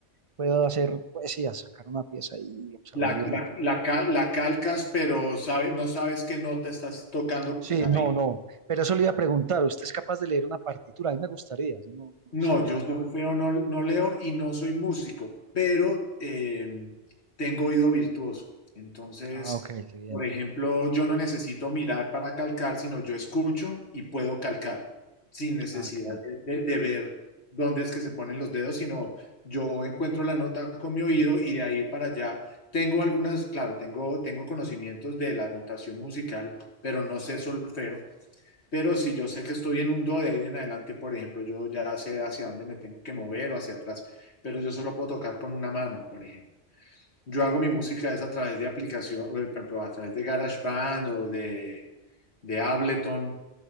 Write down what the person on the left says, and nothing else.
La,
la, la, cal- la calcas, pero sabe, no sabes qué nota estás tocando
ahí.
No,
yo solfeo no, no leo y no soy músico, pero eh, tengo oído virtuoso. Entonces,
por ejemplo, yo no necesito mirar para calcar, sino yo escucho y puedo calcar sin necesidad
de, de- de ver dónde es que se ponen los dedos, sino yo encuentro la nota con mi oído y de ahí para allá. Tengo algunas, claro, tengo, tengo conocimientos de la notación musical, pero no sé solfeo. Pero si yo sé que estoy en un do de ahí en adelante, por ejemplo, yo ya sé hacia dónde me tengo que mover o hacia atrás, pero yo solo puedo tocar con una mano, por ejemplo. Yo hago mi música es a través de aplicación, eh, por ejemplo, a través de GarageBand o de, de Ableton,